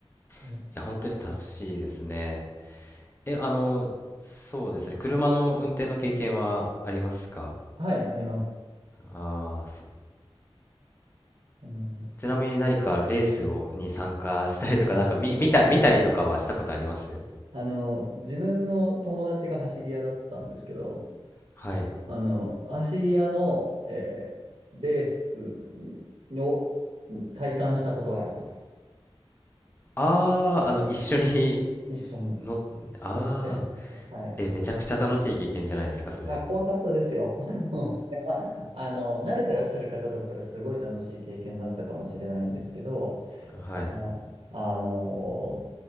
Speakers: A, on the right (about 85°); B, on the left (about 20°).
A: うん
B: いや、本当に楽しいですね。え、あのそうですね、車の運転の経験はありますか
A: はい、あります。
B: ああそ
A: あの、<laughs>
B: ちなみに何かレースをに参加したりとか、なんか見、見た、見たりとかはしたことあります
A: あの、自分の友達が走り屋だったんですけど、
B: はい。
A: あの、走り屋の、えーレースを体感したことがあります。
B: ああ、あの、一緒に
A: 一緒に。
B: の、ああ、
A: なはい。
B: え、めちゃくちゃ楽しい経験じゃないですか、それ。
A: あ、怖かったですよ。<laughs> あの、まああの慣れてらっしゃる方だったらすごい楽しい経験だったかもしれないんですけど、
B: はい。
A: あ、あの、